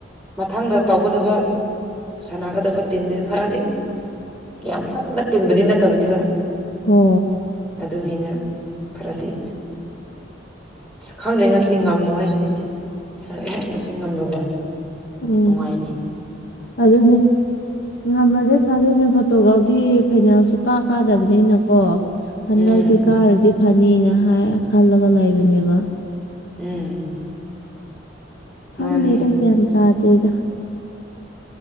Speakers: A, in the centre; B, on the left.
A: ꯃꯊꯪꯗ ꯇꯧꯒꯗꯕ ꯁꯥꯟꯅꯒꯗꯕ ꯇꯤꯝꯅꯤ ꯈꯔꯗꯤ ꯌꯥꯝ ꯀꯟꯕ ꯇꯤꯕꯨꯗꯤ ꯅꯠꯇꯕꯅꯤꯕ
B: ꯍꯣ
A: ꯑꯗꯨꯅꯤꯅ ꯈꯔꯗꯤ ꯈꯪꯗ꯭ꯔꯦ ꯉꯁꯤ ꯉꯝꯃꯣ ꯍꯥꯏꯁꯤꯅꯤꯁꯦꯍꯦꯛ ꯉꯁꯤ ꯉꯝꯂꯕ
B: ꯎꯝ
A: ꯅꯨꯡꯉꯥꯏꯅꯤ
B: ꯑꯗꯨ ꯑꯗꯨꯅꯦ ꯉꯝꯃꯗꯤ ꯐꯗꯣꯏꯅꯦ ꯐꯣꯇꯣꯒꯗꯤ ꯐꯥꯏꯅꯥꯜꯁꯨ ꯀꯥ ꯀꯥꯗꯕꯅꯤꯅꯀꯣ ꯍꯟꯗꯛꯇꯤ
A: ꯎꯝ
B: ꯀꯥꯔꯗꯤ ꯐꯅꯤꯅ ꯍꯥꯏ ꯈꯜꯂꯒ ꯂꯩꯕꯅꯦꯕ
A: ꯎꯝ
B: ꯈꯪꯗꯦꯗ
A: ꯃꯥꯅꯦ
B: ꯒ꯭ꯌꯥꯟ ꯇ꯭ꯔꯥꯗꯩꯗ